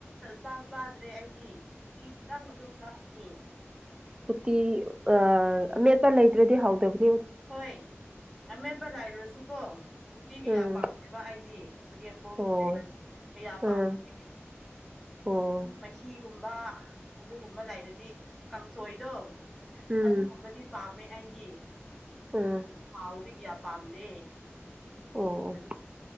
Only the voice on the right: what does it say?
ꯎꯇꯤ ꯑ ꯑꯃꯦꯠꯄ ꯂꯩꯇ꯭ꯔꯗꯤ ꯍꯥꯎꯗꯕ
ꯎꯝ
ꯑꯣ
ꯎꯝ
ꯑꯣ
ꯎꯝ
ꯎꯝ
ꯑꯣ